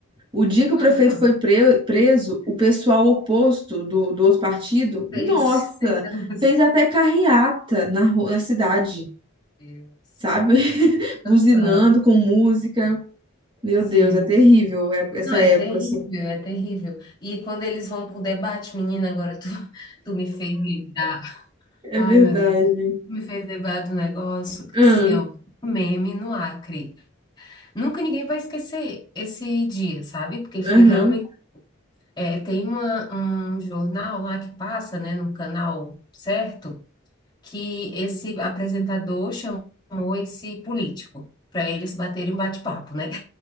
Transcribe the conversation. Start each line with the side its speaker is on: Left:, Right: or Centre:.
Right: O dia que o
Left: <laughs>
Right: prefeito foi pre- preso, o pessoal oposto do, do outro partido,
Left: Fez,
Right: nossa,
Left: fez a música.
Right: fez até carreata na, ru- na cidade,
Left: Meu Deus.
Right: sabe? <laughs> Buzinando
Left: Aham,
Right: com música. Meu
Left: sim.
Right: Deus, é terrível é- essa
Left: Não, é
Right: época,
Left: terrível,
Right: assim.
Left: é terrível. E quando eles vão pro debate, menina, agora tu, <laughs> tu me fez lembrar.
Right: É
Left: Ai,
Right: verdade.
Left: meu Deus, tu me fez lembrar do negócio.
Right: Aham,
Left: Assim, ó, um meme no Acre. Nunca ninguém vai esquecer esse dia, sabe? Porque foi
Right: aham,
Left: realmente. é, tem uma, um jornal lá que passa, né, num canal certo. que esse apresentador chamou esse político para eles baterem um bate-papo, né?